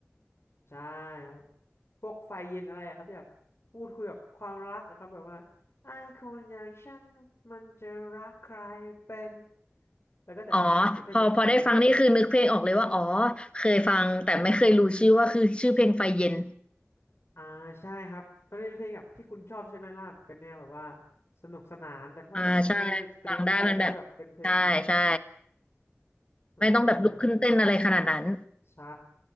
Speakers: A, on the left; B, on the left.
A: ใช่ครับพวกไฟเย็นอะไรอะครับที่แบบพูดคุยแบบความรักอะครับแบบว่าไอ้คนอย่างฉันมันจะรักใครเป็นแล้วก็จะมีการเปรียบเทียบกับไฟเย็นนะครับ
B: อ๋อพอพอได้ฟังนี่คือนึกเพลงออกเลยว่าอ๋อเคยฟังแต่ไม่เคยรู้ชื่อว่าคือชื่อเพลงไฟเย็น
A: อ่าใช่ครับตอนนี้เป็นเพลงแบบที่คุณชอบใช่ไหมล่ะเป็นแนวแบบว่าสนุกสนานแต่ว่าแบบไม่ได้ตืดแล้วก็แบบเป็นเพลง
B: อ่าใช่ฟังได้มันแบบใช่ใช่
A: อ่า
B: ไม่ต้องแบบลุกขึ้นเต้นอะไรขนาดนั้น
A: โอ้แต่ใช่